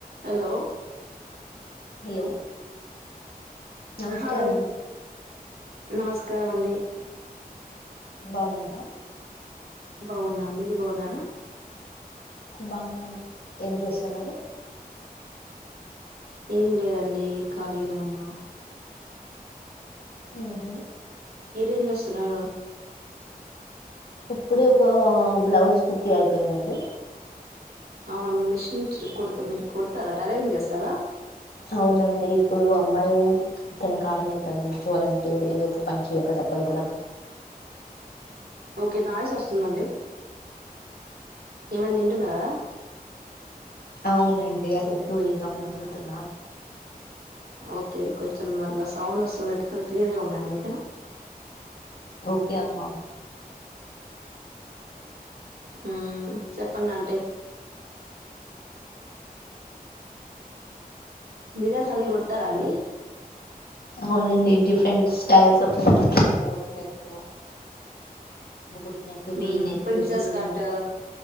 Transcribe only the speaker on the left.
hello నమస్కారం
ఆమ్మో
బాగున్నారా
బాగున్నాను ఏం చేస్తున్నారు
ఆహ
ఇప్పుడే ఒక బ్లౌజ్ కుట్టి అయిపోయింది అండి
అవునండి ఇప్పుడు అమ్మాయి తన కాళ్ళ మీద తను నిలుచోవాలంటే ఏదో ఒక పని చెయక తప్పదు కదా
అవునండి అట్లా చూయింగ్ గమ్లా అండుతున్నాను
ఓకే అమ్మా
అవునండి different styles of boat neck boat neck V
neck
U
neck